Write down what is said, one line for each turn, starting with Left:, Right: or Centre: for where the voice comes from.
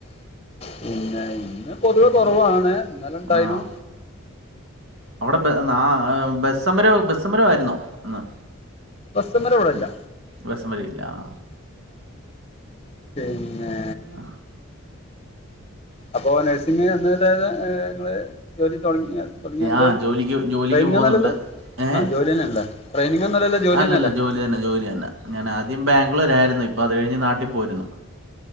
Left: പിന്നെ ഇന്ന് പൊതുവെ
Right: ഉം
Left: കുറവാണ് ഇന്നലെ ഇണ്ടായിനു
Right: ആഹ് അവിടെ ആ ബസ് സമരമോ ബസ് സമരോ ആയിരുന്നോ ഇന്ന്
Left: ബസ് സമരം ഇവിടില്ല
Right: ബസ് സമരം ഇല്ല ആ
Left: പിന്നെ
Right: ആ
Left: അപ്പോ നഴ്സിങ്എനി നിങ്ങള് ജോലി തുടങ്ങിയോ തുടങ്ങിയ എന്തായി
Right: ആഹ് ജോലിക്ക് ജോലിക്ക്
Left: ട്രെയിനിങ്
Right: പോകുന്നുണ്ട്
Left: ഒന്നും അല്ലലോ
Right: ഏഹ്
Left: ആ ജോലി തന്നെ അല്ലേ ടെയിനിങ്ങ ഒന്നും അല്ലലോ ജോലി
Right: അല്ലല്ല
Left: തന്നല്ലേ
Right: ജോലി തന്നെ ജോലി തന്നെ ഞാൻ ആദ്യം ബാംഗ്ലൂരായിരുന്നു ഇപ്പോൾ അത് കഴിഞ്ഞ് നാട്ടിൽ പോരുന്നു